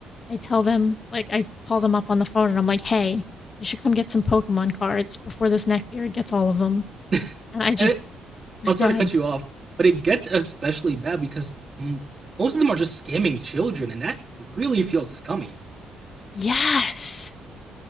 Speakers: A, on the left; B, on the right.
A: I tell them, like, I call them up on the phone and I'm like, hey, you should come get some Pokemon cards before this neckbeard gets all of them.
B: <laughs> and
A: And I just,
B: it,
A: <laughs>
B: I'll sort
A: go ahead.
B: of cut you off, but it gets especially bad because m- most of them are just scamming children, and that really feels scummy.
A: Yes.